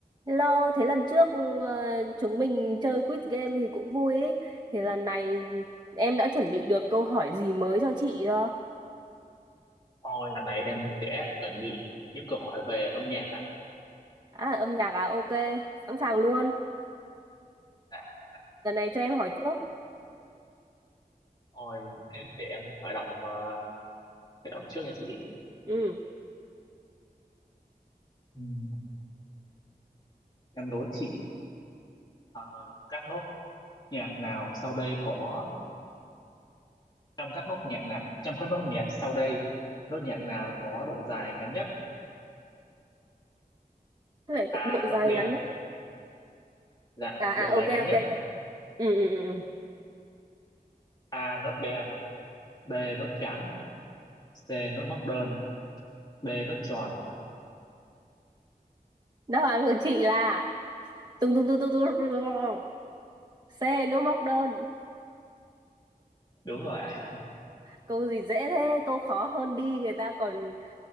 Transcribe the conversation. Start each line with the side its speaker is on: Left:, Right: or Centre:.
Right: Hello, thế lần trước ừ, ờ, chúng mình chơi quiz game thì cũng vui ấy. Thì lần này em đã chuẩn bị được câu hỏi gì mới cho chị chưa?
Left: Ôi, lần này em sẽ chuẩn bị những câu hỏi về âm nhạc ạ.
Right: À, âm nhạc à? Ok, sẵn sàng luôn.
Left: Dạ,
Right: Lần này cho em hỏi trước.
Left: Ôi, thế để em khởi động ờ, khởi động trước nha chị.
Right: Ừ,
Left: Ừm, em đố chị ờ, các nốt nhạc nào sau đây có trong các nốt nhạc nào trong các nốt nhạc sau đây nốt nhạc nào có độ dài ngắn nhất?
Right: thế lại
Left: A
Right: độ
Left: nốt
Right: dài
Left: đen,
Right: ngắn nhé.
Left: dạ
Right: À,
Left: độ
Right: à,
Left: dài
Right: ok,
Left: ngắn
Right: ok,
Left: nhất.
Right: ok. Ừ, ừ, ừ. ừ.
Left: A nốt đen, B nốt trắng, C nốt móc đơn, D nốt tròn.
Right: Đáp án của chị là tung tung tung tung tung tung tung. C, nô móc đơn.
Left: Đúng rồi ạ.
Right: Câu gì dễ thế, câu khó hơn đi. Người ta còn,